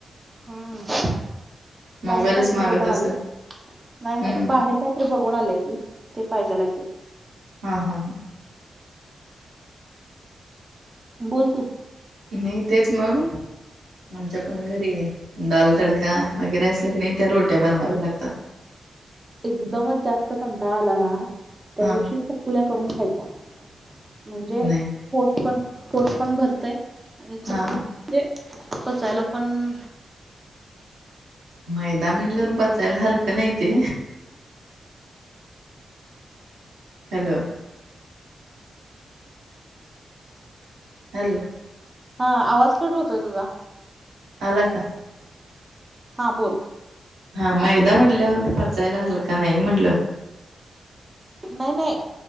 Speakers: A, on the right; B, on the right.
A: हम्म बाहेर
B: मोबाईलच
A: कायतरी
B: मागत
A: बघून
B: असेल
A: आलं. नाही नाही
B: हम्म
A: बाहेर काहीतरी बघून आलेय ती ते पाहिजेलाय तिला
B: हा हा ह.
A: बोलतो.
B: नाही तेच मग आमच्या पण घरी दाल तडका वगैरे असल्या की नाही त्या रोट्या बनवाव्या लागतात.
A: एकदमच जास्त कंटाळा आला ना त्या
B: हां
A: दिवशी चकुल्या करून खायच्या. म्हणजे
B: नाही
A: पोट पण पोट पण भरतय आणि च
B: हां
A: म्हणजे पचायला पण
B: मैदा म्हटल्यावर बचायला हलकं नाही ते हॅलो. हॅलो.
A: हा आवाज कट होतोय तुझा?
B: अला का?
A: हां बोल.
B: हा मैदा म्हणल्यावर पचायला हलका नाही म्हणलं.
A: नाही नाही